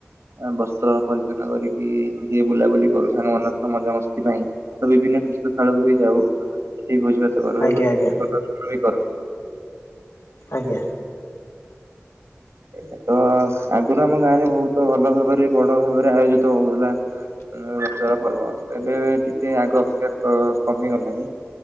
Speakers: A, on the right (about 75°); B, on the left (about 75°).
A: ଏ ବସ୍ତ୍ର ପରିପୂର୍ଣ୍ଣ କରିକି ଟିକେ ବୁଲାବୁଲି କରୁ ସାଙ୍ଗ ମାନଙ୍କ ସହ ମଜମସ୍ତି ପାଇଁ। ତ ବିଭିନ୍ନ ତିଷ୍ ସେ ଥାଳକୁ ବି ଯାଉ ସେଠି ଭୋଜି ଭାତ କରୁ
B: ଆଜ୍ଞା
A: ଏବଂ
B: ଆଜ୍ଞା
A: <unintelligible> କରୁ।
B: ଆଜ୍ଞା।
A: ଏ ତ ଆଗରୁ ଆମ ଗାଁରେ ବହୁତ ଭଲ ଭାବରେ ବଡ ଭାବରେ ଆୟୋଜିତ ହଉଥୁଲା। ଏ ରଜ ପର୍ବ। ଏବେ ଟିକେ ଆଗ ଅପେକ୍ଷା କ-କମି ଗଲାଣି।